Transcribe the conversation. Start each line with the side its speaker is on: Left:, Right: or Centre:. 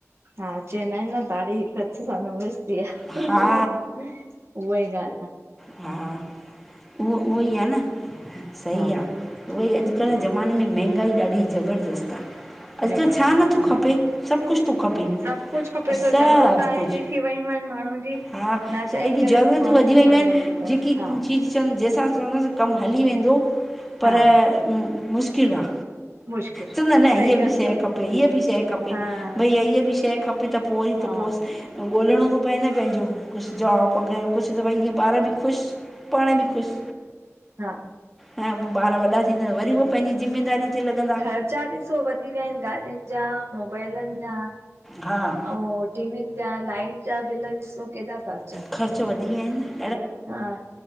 Right: हा चईंदा आहिनि न ताड़ी हिक हथ सां न वॼंदी आ।
Centre: हा
Right: उहा ही ॻाल्हि आ।
Centre: हा उहो, उहो ई आ न। सही
Right: हा हा
Centre: आ उहोई अॼुकल्ह
Right: सही
Centre: ज़माने
Right: आ
Centre: में मंहगाई ॾाढी ज़बरदस्तु आ। अॼुकल्ह
Right: ज़बरदस्त
Centre: छा नथो खपे।
Right: हा
Centre: सब कुछ थो खपे,
Right: सभु कुझु खपे
Centre: सब
Right: थो ज़रूरत हाणे
Centre: कुछ।
Right: एॾी थी वियूं आहिनि माण्हुनि जी
Centre: हा
Right: न चाही
Centre: एॾी
Right: करे
Centre: ज़रूरतूं
Right: बि माण्हू
Centre: वधी
Right: खे
Centre: वयूं
Right: करिणो
Centre: आहिनि। जेकी
Right: थो पए हा
Centre: चीज़ चवंद जंहिंसां चवंदासीं कम हली वेंदो पर
Right: हा
Centre: मुश्किल आ
Right: मुश्किल
Centre: चवंदा
Right: आ
Centre: न
Right: सही
Centre: हिअं बि
Right: ॻाल्हि
Centre: शइ खपे हिअं बि शइ खपे।
Right: आ हा
Centre: भईया हीअं बि शइ खपे त पो वरी
Right: हा
Centre: त पोस ॻोल्हणो थो पए न पंहिंजो कुछ जॉब वग़ैरह कुछ त भाई ईअं ॿार बि खुशि पाण बि खु़शि।
Right: हा
Centre: ऐं पो ॿार वॾा थींदा वरी उहे पंहिंजी ज़िमेदारी ते लॻंदा
Right: ख़र्चा ॾिसो वधी विया आहिनि गाॾियुनि जा मोबाइलनि जा
Centre: हा
Right: ऐं टीवीयूंन जा लाइट जा बिल ॾिसो केॾा था अचनि
Centre: ख़र्च वधी विया आहिनि न
Right: हा,